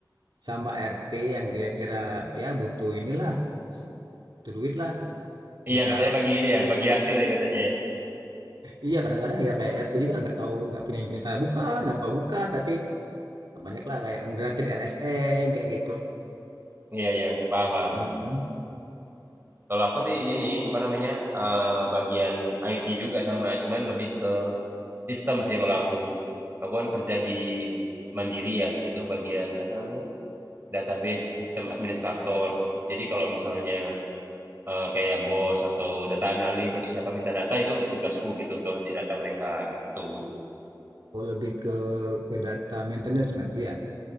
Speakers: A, on the right (about 75°); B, on the right (about 30°).
A: sama RT yang kira-kira ya butuh inilah, butuh duit lah, minta.
B: Iya katanya bagi ini ya, bagi hasil ya katanya ya.
A: Iya, kadang-kadang ya kayak RT juga nggak tahu, nggak punya yang punya tanah, bukan, apa bukan, tapi banyak lah kayak menggerakin LSM kayak gitu.
B: Iya iya, paham paham.
A: Mm-mm.
B: Kalau aku sih ini apa namanya eh, bagian IT juga sama, cuman lebih ke sistem sih kalau aku. Aku kan kerja di Mandiri ya, itu bagian apa namanya database sistem administrator. Jadi kalau misalnya eh, kayak bos atau data analis atau siapa minta data itu tugasku gitu untuk ngasih data mereka gitu.
A: Oh, lebih ke ke data maintenance berarti ya.